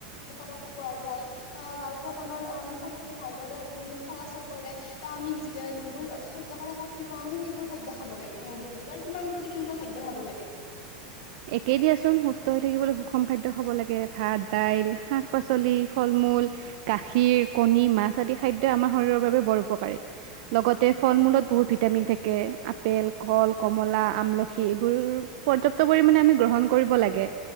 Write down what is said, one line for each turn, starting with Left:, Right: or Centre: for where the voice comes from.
Left: উপাদান পোৱা যায় আহ যাৰ ফলত আমাৰ শৰীৰটো ভালদৰে চলাচল কৰে। ত আমি যি যিবোৰ খাদ্য খালে শক্তি পাওঁ আমি সেইবোৰ খাদ্য খাব লাগে মোৰ মতেদি তোমাৰ মতেদি কেনেকুৱা খাদ্য খাব লাগে?
Right: একে দিয়াচোন সুস্থ হৈ থাকিবলৈ সুষম খাদ্য খাব লাগে ভাত দাইল শাক পাচলি ফল মূল গাখীৰ কণী মাছ আদি খাদ্যই আমাৰ শৰীৰৰ বাবে বৰ উপকাৰী লগতে ফল মূলত বহুত ভিটামিন থাকে আপেল কল কমলা আমলখি এইবোৰ পৰ্যা ত পৰিমাণে আমি গ্ৰহণ কৰিব লাগে